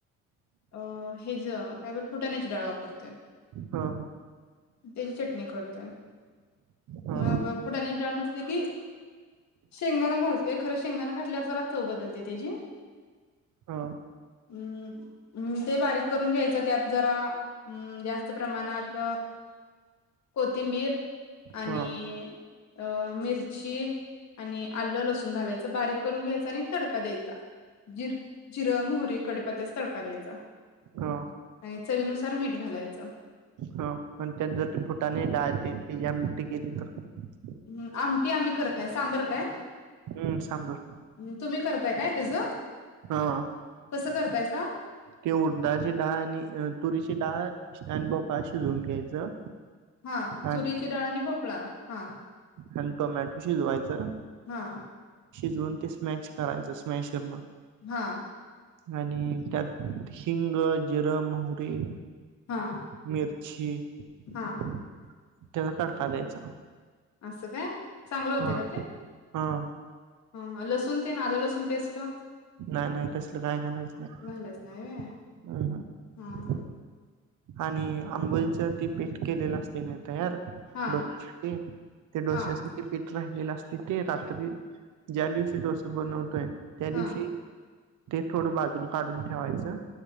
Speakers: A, on the left; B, on the right.
A: अ हेज काय बर फुटाण्याची डाळ वापरतोय
B: हा
A: त्याची चटणी करतोय
B: हा
A: मग पुुडाने ची डाळ न नकीी शेंगदाणा घास. तो खरं शेंगदा घाातल्यावर जरा चव बदलते त्याचीी
B: हो
A: अम् ते बारीक करून घ्यायचं त्यात जरा जास्त प्रमाणात कोथिंबीर आणि
B: हा
A: अ मिरची आणि आलं लसूण घालायच बारीक करून घ्यायचा. आणि तडका द्यायचा. जिर जिरा मोहरी कडेपत्यास तडका द्यायचा
B: हा
A: आणि चवीनुसार मीठ घालायचं.
B: हा पण त्या जर त फोटाने डाळ ती जम टिकेली तर
A: हम्म आमटी आम्ही करत नाही सांबर काय.
B: हम्म सांबर
A: हम् तुम्ही करताय. काय तेस
B: हा
A: कसं करतायसा.
B: ते उडदााची डाळ आणि तुरीची डाळ आणि भोपळा शिजवून घ्यायचं.
A: हा तुरीच्या
B: आणि
A: डाळनी भोक आपला हा
B: आणि टोमॅटो शजुवायचं.
A: हा
B: जोन ते स्मॅश करायच स्मॅशरन
A: हा
B: आणि त्यात हिंग जीर माहूरी
A: हा
B: मिरचीी
A: हा
B: त्याला तडका द्यायचा.
A: असं काय. चांगलं होते
B: हा
A: का ते
B: हा
A: ह लसूण ते ना आलं लसूण पेस्ट
B: नाही नाही तसल काय घालायचं नाही.
A: घालायच व्हय
B: हम हम
A: हा
B: आणि आंबोलीच ती पीठ केलेलं असते नाही तयार.
A: हा
B: डोश्यासाठी ते
A: हा
B: डोश्यासाठी
A: हा
B: पिठ राहि. गला असते ते रात्री ज्या दिवशी डोसा बनवतोय. त्या दिवशी
A: हा
B: ते थोडं बाजू काढून ठेवायचं.